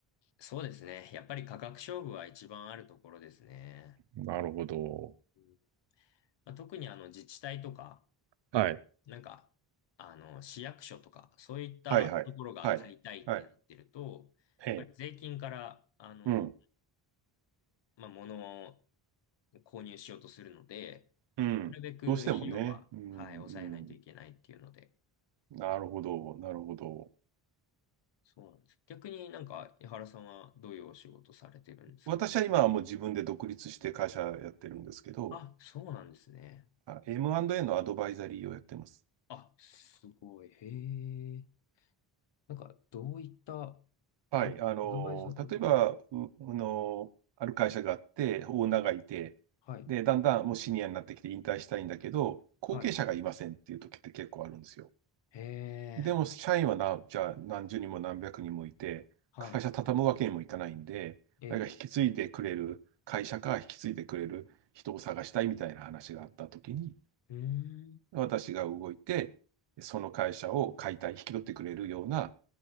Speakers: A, on the left; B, on the right.
A: そうですね。やっぱり価格勝負は一番あるところですね。
B: なるほど。
A: うんまあ、特にあの自治体とか、
B: はい。
A: なんか、あの市役所とか、そういったところが買いたいってなってると、
B: はいはい。はい。はい。
A: やっぱり税金から、
B: ええ。
A: あの、
B: うん
A: まあ、物を購入しようとするので、
B: うん。
A: なるべく費用は、
B: どうしてもね。うん、
A: はい、抑えないといけないっていうので、
B: うん。なるほど、なるほど。
A: そうなんです。逆になんか、井原さんはどういうお仕事されてるんですか
B: 私は今はもう自分で独立して会社やってるんですけど、
A: あ、そうなんですね。
B: あ M&A のアドバイザリーをやってます。
A: あ、すごい。へえ。なんか、どういった
B: はい。
A: アド、
B: あの、
A: アドバイザーっていうと、
B: 例えば、う、あの、ある会社があって、オーナーがいて、
A: はい、
B: で、だんだんもうシニアになってきて引退したいんだけど、後継者がいませんっていう時って結構あるんですよ。
A: はい、へ
B: でも、
A: え、
B: 社員はな、じゃあ何十人も何百人もいて、
A: はい、
B: 会社畳むわけにもいかないんで、
A: ええ、
B: あれが引き継いでくれる会社か引き継いでくれる人を探したいみたいな話があったときに、
A: うーん、
B: 私が動いて、その会社を解体、引き取ってくれるような、